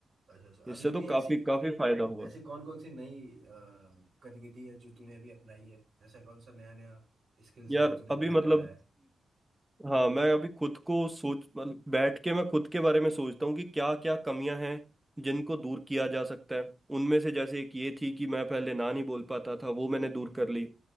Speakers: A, on the right; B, in the centre.
A: अच्छा अच्छा
B: इससे
A: अभी अभी
B: तो काफी
A: ऐसी
B: काफी फायदा हुआ
A: ऐसी कौन कौन सी नई अ, गतिविधि है जो तूने अभी अपनाई है ऐसा कौन सा नया नया स्किल्स
B: यार
A: है जो तूने
B: अभी
A: अपने अंदर
B: मतलब
A: लाया है
B: हाँ मैं अभी खुद को सोच मतलब बैठ के मैं खुद के बारे में सोचता हूँ कि क्या क्या कमियां हैं जिनको दूर किया जा सकता है उनमें से जैसे एक ये थी कि मैं पहले ना नहीं बोल पाता था वो मैंने दूर कर ली